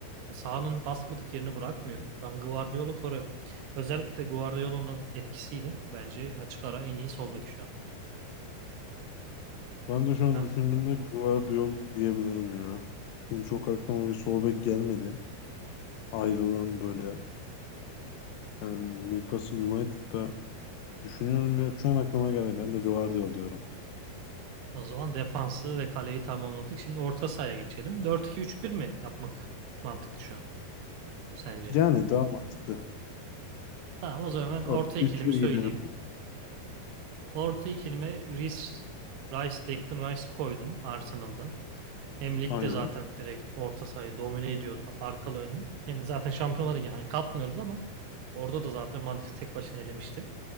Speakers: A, on the right; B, on the left.
A: Sağının basmadık yerini bırakmıyor. Ben Guardiola'yı koruyorum. Özellikle Guardiola'nın etkisiyle bence açık ara en iyi sol bek şu an.
B: Ben de şu an
A: Ben
B: düşündüğümde Guardiol diyebilirim ya. Çünkü çok aklıma bir sol bek gelmedi. Ayrılan böyle yani Newcastle United'da düşünüyorum ya şu an aklıma geldi. Ben de Guardiol diyorum.
A: o zaman defansı ve kaleyi tamamladık. Şimdi orta sahaya geçelim. 4-2-3-1 mi yapmak mantıklı şu an sence?
B: Yani daha mantıklı.
A: Tamam o zaman ben
B: 4-2-3-1
A: orta ikilimi söyleyeyim.
B: gidelim.
A: Orta ikilime Rice, Rice, Declan Rice'ı koydum Arsenal'dan. Hem ligde
B: Aynen.
A: zaten direkt orta sahayı domine ediyordu arkalı önlü. Hem de zaten Şampiyonlar Ligi hani katmıyoruz ama orada da zaten Madrid tek başına elemişti.